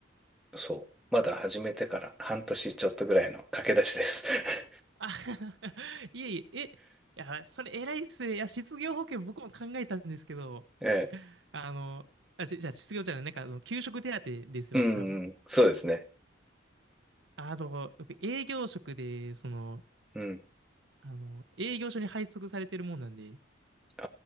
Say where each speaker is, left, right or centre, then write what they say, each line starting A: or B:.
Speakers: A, in the centre; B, on the right (about 70°).
A: そう。まだ始めてから半年ちょっとぐらいの駆け出しです。<laughs>
B: あ <laughs> いえいえ、え、いや、それ偉いっすね。いや、失業保険僕も考えたんですけど、
A: ええ
B: あの、あ、じじゃあ、失業じゃない、なんか、あの、給食手当ですよね、
A: うん、
B: 多分。
A: うんそうですね。
B: あの、僕、営業職で、その、
A: うん。
B: あの、営業所に配属されてるもんなんで、
A: あ